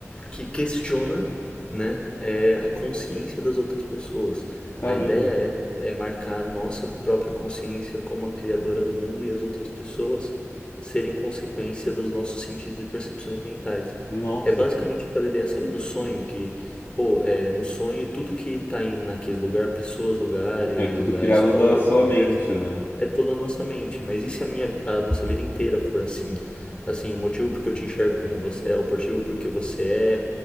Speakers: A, on the left; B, on the left.
A: que questiona, né, é, a consciência das outras pessoas.
B: Caramba.
A: A ideia é, é marcar a nossa própria consciência como a criadora do mundo e as outras pessoas serem consequência dos nossos sentidos e percepções mentais.
B: Nossa.
A: É basicamente aquela ideia, sabe do sonho que Pô, é, no sonho, tudo que tá aí naquele lugar, pessoas, lugares,
B: É tudo criado
A: a história
B: da sua
A: que acontece,
B: mente, né?
A: é toda a nossa mente. Mas e se a minha, a nossa vida inteira for assim? Assim, o motivo porque eu te enxergo como você é, o motivo porque você